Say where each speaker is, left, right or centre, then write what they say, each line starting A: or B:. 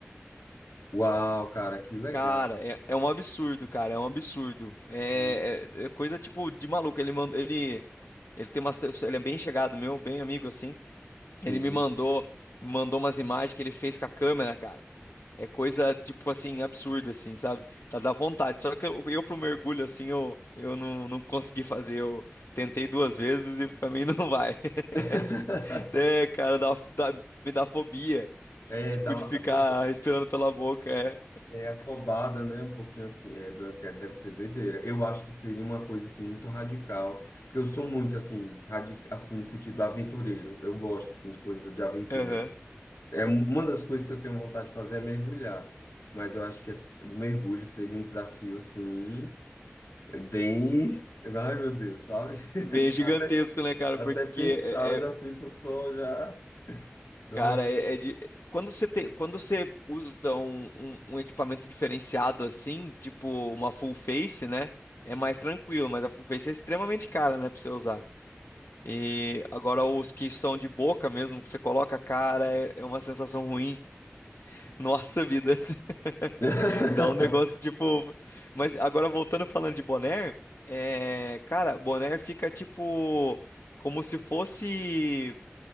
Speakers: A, on the left; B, on the left.
A: Uau, cara, que legal.
B: Cara, é, é um absurdo, cara, é um absurdo. É,
A: Muito
B: é-
A: bom.
B: é coisa, tipo, de maluco. Ele manda, ele, ele tem uma, ele é bem chegado meu, bem amigo, assim.
A: Sim.
B: Ele me mandou, me mandou umas imagens que ele fez com a câmera, cara. É coisa, tipo assim, absurda, assim, sabe? Tá da vontade. Só que eu, eu pro mergulho, assim, eu, eu não, não consegui fazer. Eu tentei duas vezes e pra mim não vai. <laughs>
A: <laughs>
B: É, cara, dá, dá- me dá fobia.
A: É,
B: Tipo,
A: dá
B: de
A: uma,
B: ficar
A: a pessoa
B: respirando pela boca, é.
A: É afobada, né? Um pouquinho assim, é, do- que deve ser doideira. Eu acho que seria uma coisa assim muito radical, porque eu sou muito assim, radical, assim no sentido aventureiro. Eu gosto assim de coisas de aventura.
B: Aham.
A: É um- uma das coisas que eu tenho vontade de fazer é mergulhar, mas eu acho que esse- o mergulho seria um desafio assim bem, ai meu Deus, sabe? <laughs>
B: Bem gigantesco,
A: A-
B: né, cara?
A: Até
B: Porque
A: pensar
B: é,
A: eu já
B: é,
A: fico só já, nossa.
B: Cara, é, é de... Quando você te... Quando você usa um, um, um equipamento diferenciado assim, tipo uma full face, né? É mais tranquilo, mas a full face é extremamente cara, né, pra você usar. E agora os que são de boca mesmo, que você coloca, cara, é é uma sensação ruim. Nossa vida, <laughs>
A: <laughs>
B: dá um negócio tipo. Mas agora voltando falando de boné, é... cara, boné fica tipo como se fosse.